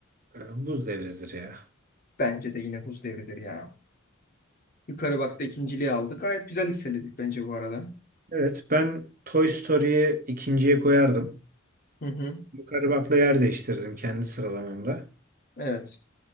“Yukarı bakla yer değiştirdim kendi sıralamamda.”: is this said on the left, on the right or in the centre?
Right